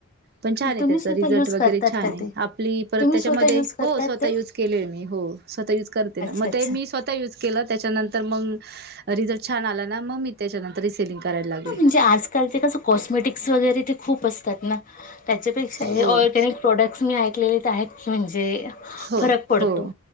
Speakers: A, on the right; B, on the left.
A: पण छान आहे,
B: तुम्ही
A: त्याच
B: स्वतः
A: रिझल्ट
B: युज
A: वगैरे
B: करतात
A: छान
B: का
A: आहे.
B: ते
A: आपली परत
B: तुम्ही
A: त्याच्यामध्ये
B: स्वतः युज करतात
A: हो स्वतः
B: ते
A: यूज केलेय मी हो. स्वतः युज करते ना.
B: अच्छा
A: मग
B: अच्छा
A: ते मी स्वतः युज केलं, त्याच्यानंतर मग रिझल्ट छान आला ना मग मी त्याच्यानंतर रिसेलिंग करायला लागली.
B: हा म्हणजे आजकाल ते कसं कॉस्मेटिक्स वगैरे ते खूप असतात ना, त्याच्यापेक्षा हे
A: हो
B: ऑरगॅनिक प्रॉडक्ट्स मी ऐकलेले तर आहेत, म्हणजे
A: हो
B: फरक पडतो.
A: हो